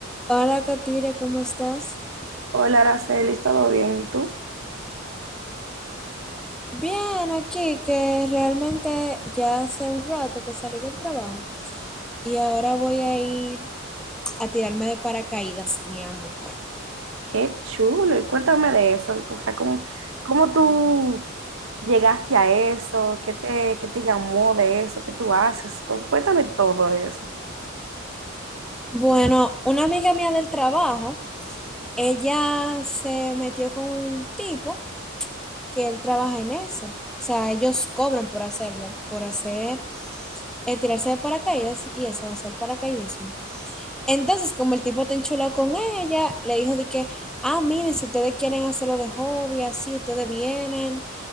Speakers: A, in the centre; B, on the right.
A: Hola, Katire, ¿cómo estás?
B: Hola, Araceli, ¿todo bien? ¿Y tú?
A: Bien, aquí que realmente ya hace un rato que salí del trabajo y ahora voy a ir a tirarme de paracaídas, mi amor.
B: Qué chulo. Y cuéntame de eso. O sea, ¿cómo, cómo tú llegaste a eso? ¿Qué te, qué te llamó de eso? ¿Qué tú haces? Cu- Cuéntame todo de eso.
A: Bueno, una amiga mía del trabajo, ella se metió con un tipo que él trabaja en eso. O sea, ellos cobran por hacerlo, por hacer, eh, tirarse de paracaídas y eso, hacer paracaidismo. Entonces, como el tipo te enchuló con ella, le dijo de que, ah, miren, si ustedes quieren hacerlo de hobby, así, ustedes vienen